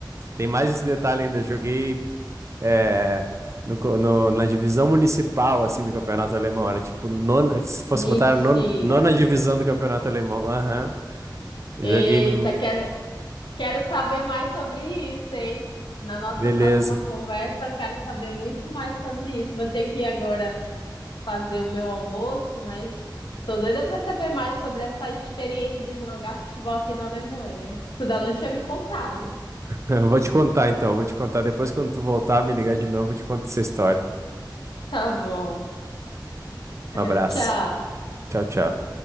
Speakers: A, on the right; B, on the left.
A: Tem mais esse detalhe ainda, eu joguei é, no, co- no- na divisão municipal assim do campeonato alemão, era tipo nona, se fosse
B: Mentira.
A: botar non- nona divisão do campeonato alemão. Aham. Joguei
B: Eita,
A: no.
B: quero, quero saber mais sobre isso, hein? Na nossa
A: Beleza.
B: próxima conversa,
A: <laughs>
B: eu quero saber muito mais sobre isso. Vou ter que ir agora fazer o meu almoço, mas tô doida para saber mais sobre essa experiência de jogar futebol aqui na Alemanha. Tu ainda não tinha me contado.
A: Eu Vou te contar então, vou te contar depois quando tu voltar, me ligar de novo, eu te conto essa história.
B: Tá bom. <laughs>
A: Um abraço.
B: Tchau.
A: Tchau, tchau.